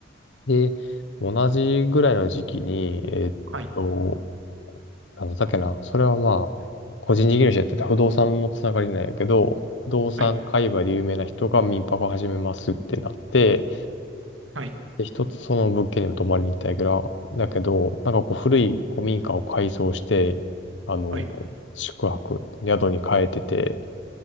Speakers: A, on the left; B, on the right.
A: で、同じぐらいの時期に、えーっと、
B: はい。
A: あの、だっけな、それはまあ、個人事業主やってて不動産のつながりなんやけど、不動産界隈で有名な人が民泊を始めますってなって、
B: はい。はい。
A: で、一つその物件にも泊まりに行ったんやけど、だけど、なんかこう古い古民家を改装して、あの、
B: はい。
A: 宿泊、宿に変えてて、